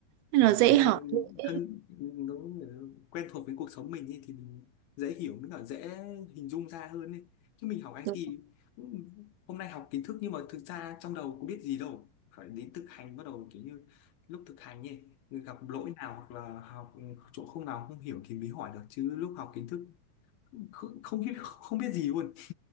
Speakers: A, on the right (about 85°); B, on the left (about 80°).
A: nên
B: một
A: là dễ
B: kiểu như
A: học dễ
B: thân nó quen thuộc với cuộc sống mình ấy, thì mình dễ hiểu mới cả dễ hình dung ra hơn ấy. chứ mình học
A: ừ,
B: IT
A: ừ.
B: cũng- hôm nay học kiến thức nhưng mà thực ra trong đầu có biết gì đâu phải đến thực hành bắt đầu kiểu như lúc thực hành ấy gặp lỗi nào hoặc là học chỗ không nào không hiểu thì mới hỏi được chứ lúc học kiến thức không không biết không biết gì luôn